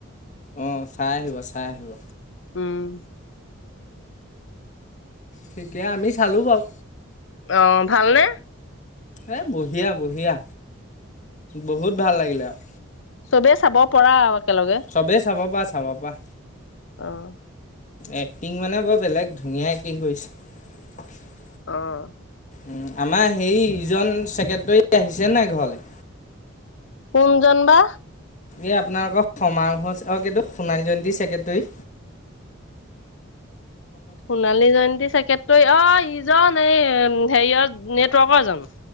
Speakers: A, on the left; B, on the left.
A: অ চাই আহিব চাই আহিব।
B: উম
A: ঠিকে আমি চালোঁ বাৰু
B: অ ভালনে?
A: এ বঢ়িয়া-বঢ়িয়া। বহুত ভাল লাগিলে। পা <unintelligible>
B: চবে চাব পৰা আৰু একেলগে
A: চবেই চাব পৰা আছে। চাবপৰা।
B: অ',
A: এক্টিং মানে বৰ বেলেগ ধুনীয়া এক্টিং কৰিছে।
B: অহ',
A: উম' আমাৰ হেৰি ইজন চেক্ৰেটৰী আহিছে নাই ঘৰলে।
B: কোনজন বা?
A: এই আপোনালোকৰ সমাৰো অ' কিটো সোণালী জয়ন্তী ছেকেটৰী।
B: সোণালী জয়ন্তী চেকেটৰি অ' ইজন এই হেৰিয় নেটৱৰ্কৰ জন।